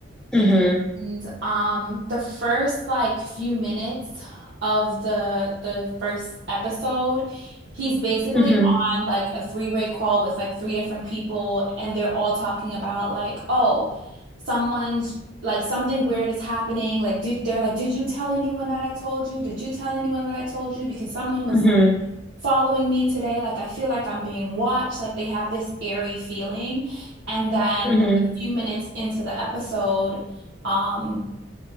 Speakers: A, in the centre; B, on the right.
A: Mm-hmm.
B: and um, the first like few minutes of the the first episode, he's basically
A: Mm-hmm.
B: on like a three-way call with like three different people, and they're all talking about like, oh, someone's like something weird is happening. Like, did they're like, did you tell anyone that I told you? Did you tell anyone what I told you? Because someone was
A: Mm-hmm.
B: following me today. Like I feel like I'm being watched. Like they have this airy feeling. And then
A: Mm-hmm.
B: like a few minutes into the episode, um,